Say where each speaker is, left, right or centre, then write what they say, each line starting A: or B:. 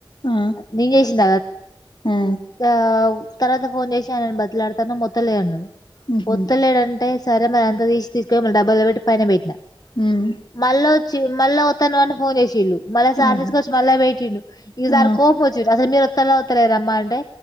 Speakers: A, on the left; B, on the left.
A: ఆ
B: నేను చేసిన
A: ఆ
B: ఆ తర్వాత ఫోన్ చేసి ఆయనను బతిమిలాడుతున మొత్తలే అన్నడు
A: మ్హు
B: ఒత్తలేడంటే సరే మరి అంత తీసి తీసుకొపోయి మళ్ళ డబ్బలో పెట్టి పైన పెట్టినా
A: మ్
B: మళ్ళ వచ్చి మళ్ళ వతనం అని ఫోన్ చేసిలు మళ్ళీ సారి
A: ఆహా
B: తీసుకొచ్చి మళ్ళ పెట్టిండు ఈ సారి
A: ఆ
B: కోపం వచ్చిండ్రు అసలు మీరు వత్తల వత్తతలేదమ్మా అంటే